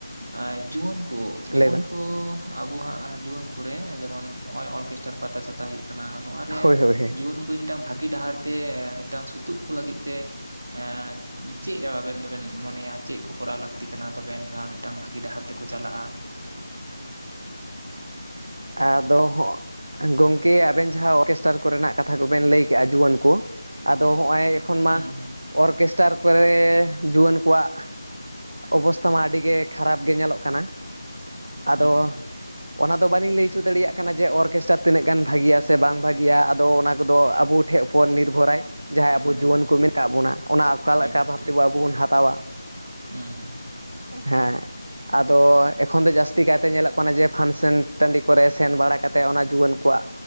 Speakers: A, on the right; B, on the right.
A: ᱮ ᱡᱩᱣᱟᱹᱱ ᱠᱚ ᱡᱩᱣᱟᱹᱱ
B: ᱞᱟᱹᱭ ᱵᱮᱱ
A: ᱠᱚ ᱟᱵᱚ ᱦᱟᱸᱜ ᱡᱩᱣᱟᱹᱱ ᱠᱚᱨᱮ ᱡᱮᱢᱚᱱ ᱱᱚᱜᱼᱚᱭ ᱚᱨᱠᱮᱥᱴᱟᱨ ᱯᱟᱛᱟ ᱪᱷᱟᱛᱟ ᱦᱩᱭᱩᱜ ᱠᱟᱱᱟ ᱱᱚᱣᱟ
B: ᱦᱳᱭ ᱦᱳᱭ ᱦᱳᱭ
A: ᱡᱩᱣᱟᱹᱱ ᱠᱚ ᱢᱤᱫᱴᱟᱝ ᱵᱷᱟᱹᱜᱤ ᱰᱟᱦᱟᱨ ᱛᱮ ᱢᱤᱫᱴᱟᱝ ᱥᱩᱛᱩᱜ ᱠᱚ ᱞᱟᱹᱜᱤᱫ ᱛᱮ ᱮ ᱪᱮᱫ ᱟᱵᱮᱱ ᱫᱚᱵᱮᱱ ᱢᱚᱱᱮᱭᱟ ᱪᱮᱫ ᱠᱚ ᱠᱚᱨᱟᱣ ᱞᱟᱹᱠᱛᱤ ᱠᱟᱱᱟ ᱛᱚᱵᱮ ᱟᱹᱱᱤᱡᱼᱟ ᱢᱤᱫ ᱴᱟᱝ ᱵᱷᱟᱜᱤ ᱰᱟᱦᱟᱨ ᱛᱮᱠᱚ ᱪᱟᱞᱟᱜᱼᱟ?
B: ᱟᱫᱚ ᱦᱚᱸᱜ, ᱜᱚᱝᱠᱮ ᱟᱵᱮᱱ ᱡᱟᱦᱟᱸ ᱚᱨᱠᱮᱥᱴᱟᱨ ᱠᱚᱨᱮᱱᱟᱜ ᱠᱟᱛᱷᱟ ᱠᱚᱵᱮᱱ ᱞᱟᱹᱭ ᱠᱮᱜᱼᱟ ᱡᱩᱣᱟᱹᱱ ᱠᱚ ᱟᱫᱚ ᱦᱚᱜ-ᱚᱭ ᱮᱠᱷᱚᱱ ᱢᱟ
A: ᱦᱩᱸ ᱦᱩᱸ
B: ᱚᱨᱠᱮᱥᱴᱟᱨ ᱠᱚᱨᱮ ᱡᱩᱣᱟᱹᱱ ᱠᱚᱣᱟᱜ ᱚᱵᱚᱥᱛᱷᱟ ᱢᱟ ᱟᱹᱰᱤ ᱜᱮ ᱠᱷᱟᱨᱟᱯ ᱜᱮ ᱧᱮᱞᱚᱜ ᱠᱟᱱᱟ ᱟᱫᱚ
A: ᱦᱩᱸ ᱦᱩᱸ
B: ᱚᱱᱟ ᱫᱚ ᱵᱟᱞᱤᱧ ᱞᱟᱹᱭ ᱚᱪᱚ ᱫᱟᱲᱮᱭᱟᱜ ᱠᱟᱱᱟ ᱡᱮ ᱚᱨᱠᱮᱥᱴᱨᱟ ᱛᱤᱱᱟᱹᱜ ᱜᱟᱱ ᱵᱷᱟᱜᱤᱭᱟ ᱥᱮ ᱵᱟᱝ ᱵᱷᱟᱜᱤᱭᱟ ᱟᱫᱚ ᱚᱱᱟ ᱠᱚᱫᱚ ᱟᱵᱚ ᱴᱷᱮᱡ ᱩᱯᱚᱨ ᱱᱤᱨᱵᱷᱚᱨᱟᱭ ᱡᱟᱦᱟᱸᱭ ᱟᱵᱚ
A: ᱦᱮᱸ
B: ᱡᱩᱣᱟᱹᱱ
A: ᱦᱮᱸ
B: ᱠᱚ ᱢᱮᱱ ᱠᱟᱜ ᱵᱚᱱᱟ ᱚᱱᱟ ᱚᱠᱟ
A: ᱦᱳᱭ
B: ᱞᱮᱠᱟ
A: ᱜᱚᱝᱠᱮ
B: ᱵᱷᱟᱵ ᱛᱮ ᱟᱵᱚ ᱵᱚᱱ ᱦᱟᱛᱟᱣᱟ᱾
A: ᱦᱩᱸ ᱦᱩᱸ
B: ᱦᱮᱸ ᱟᱫᱚ ᱮᱠᱷᱚᱱ ᱫᱚ ᱡᱟᱹᱥᱛᱤ ᱠᱟᱭᱛᱮ ᱧᱮᱞᱚᱜ ᱠᱟᱱᱟ ᱡᱮ ᱯᱷᱟᱱᱥᱮᱱ ᱴᱟᱺᱰᱤ ᱠᱚᱨᱮ ᱥᱮᱱ ᱵᱟᱲᱟ ᱠᱟᱛᱮᱫ ᱚᱱᱟ ᱡᱩᱣᱟᱹᱱ ᱠᱚᱣᱟᱜ